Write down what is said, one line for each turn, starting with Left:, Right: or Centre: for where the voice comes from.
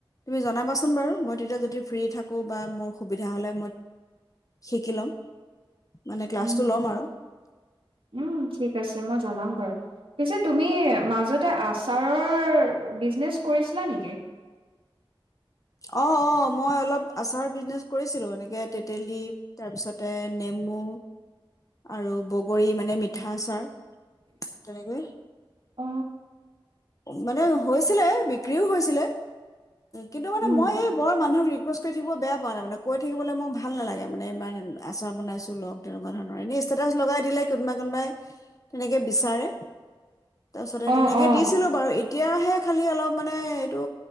Left: তুমি জনাবাচোন বাৰু মই তেতিয়া যদি ফ্ৰী থাকোঁ বা মই সুবিধা হলে শিকি লম। মানে ক্লাছটো
Right: উম
Left: ল'ম আৰু
Right: উম ঠিক আছে মই জনাম বাৰু পিছে তুমি ম তে আচাৰৰ বিজনেছ কৰিছিলা নেকি
Left: অ অ মই অলপ আচাৰ বিজনেচ কৰিছিলো এনেকে তেতেলী তাৰপিছতে নেমু আৰু বগৰী মানে মিঠা আচাৰ তেনেকে
Right: অ
Left: মানে হৈছিলে বিক্ৰীও হৈছিলে কিন্তু মানে
Right: উম
Left: মই এই বৰ মানুহ কৈ থাকিব বেয়া পোৱা নাই মানে কৈ থাকিবলৈ মই ভাল নালাগে মানে ইমান আচাৰ বনাইছো লগ তেনেকুৱা ধৰণৰ এনেই ষ্টেটাচ লগাই দিলে কোনোবা কোনোবাই তেনেকে বিচাৰে তাৰপিছতে
Right: অ
Left: তেনেকে
Right: অ
Left: দিছিলো বাৰু এতিয়াহে খালি অলপ মানে এইটো